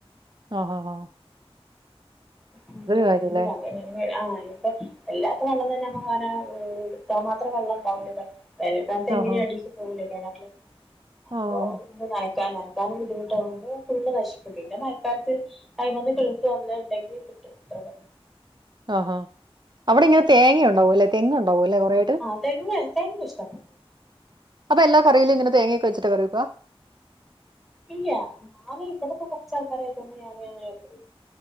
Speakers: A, on the right; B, in the centre.
A: ആഹ് ആഹ് ആഹ്
B: പിന്നെ
A: കാര്യല്ലേ.
B: ആഹ് എല്ലാത്തിനും വെള്ളം തന്നെ നമ്മക്ക്ങ്ങനെ എടാത്താ മാത്രം വെള്ളംണ്ടാവൂലല്ലൊ. വേൽക്കാലത്ത് എങ്ങനിം
A: ആഹാ.
B: അടീക്ക് പോവൂലല്ലോ കെണറില് അപ്പൊ.
A: ആഹ്.
B: നനക്കാന് നനക്കാനും ബുദ്ധിമുട്ടാകും ഫുള്ള് നശിക്കും പിന്നെ മഴക്കാലത്ത്. അയ്മന്ന് കിളിർത്ത് വന്നത്ണ്ടെങ്കി കിട്ടും അത്ര തന്നെ
A: ആഹാ അവിടെങ്ങനെ തേങ്ങ ഉണ്ടാവൂലേ തെങ്ങ് ഉണ്ടാവൂല്ലേ കൊറേയായ്ട്ട്.
B: ആഹ് തെങ്ങ് തെങ്ങിഷ്ടംപോ
A: അപ്പൊല്ലാ കറീലും ഇങ്ങനെ തേങ്ങവെച്ച്ട്ടാകറിവെക്കാ.
B: ഇല്ല്യ ഞാന് ഇവിടെപ്പം കൊർച്ചാൾക്കാരായതോണ്ട് ഞാനങ്ങനെവെക്കലി